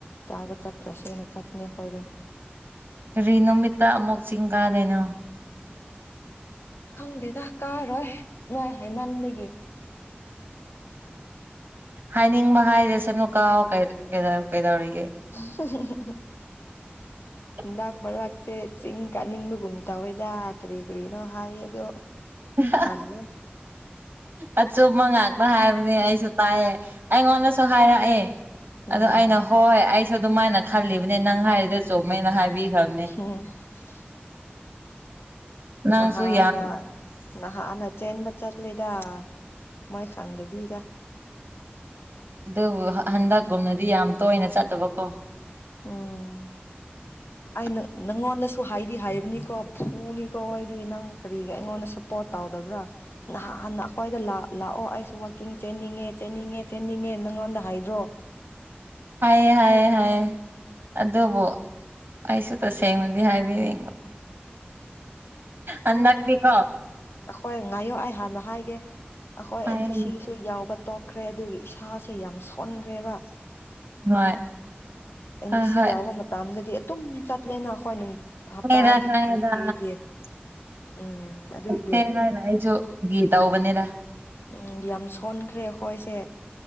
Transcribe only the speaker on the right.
ꯀꯔꯤ ꯅꯨꯃꯤꯠꯇ ꯑꯃꯨꯛ ꯆꯤꯡ ꯀꯥꯗꯣꯏꯅꯣ
ꯍꯥꯏꯅꯤꯡꯕ ꯍꯥꯏꯖꯁꯅꯨ ꯀꯥꯎ ꯀꯩꯗꯧꯔꯤꯒꯦ
<inaudible>
<unintelligible>
ꯑꯆꯨꯝꯕ ꯉꯥꯛꯇ ꯍꯥꯏꯕꯅꯦ ꯑꯩꯁꯨ ꯇꯥꯏꯌꯦ ꯑꯩꯉꯣꯟꯗꯁꯨ ꯍꯥꯏꯔꯛꯑꯦ
ꯑꯗꯨ ꯑꯩꯅ ꯍꯣꯏ ꯑꯩꯁꯨ ꯑꯗꯨꯃꯥꯏꯅ ꯈꯜꯂꯤꯕꯅꯦ ꯅꯪ ꯍꯥꯏꯔꯤꯗꯨ ꯆꯨꯝꯃꯦꯅ ꯍꯥꯏꯕꯤꯈ꯭ꯔꯕꯅꯦ
<inaudible> ꯅꯪꯁꯨ
ꯌꯥꯝ
ꯗꯨꯕꯨ ꯍꯟꯗꯛꯀꯨꯝꯅꯗꯤ ꯌꯥꯝ ꯇꯣꯏꯅ ꯆꯠꯇꯕꯀꯣ <inaudible>
ꯍꯥꯏꯌꯦ ꯍꯥꯏꯌꯦ ꯍꯥꯏꯌꯦ ꯑꯗꯨꯕꯨ ꯑꯩꯁꯨ ꯇꯁꯦꯡꯃꯗꯤ ꯍꯥꯏꯕꯤꯅꯤꯡꯕ ꯍꯟꯗꯛꯇꯤ ꯀꯣ
ꯍꯥꯏꯌꯨꯅꯦ
ꯍꯣꯏ
ꯍꯣꯏ
ꯍꯣꯏ
ꯈꯪꯉꯦꯗ ꯈꯪꯉꯦꯗ
<unintelligible>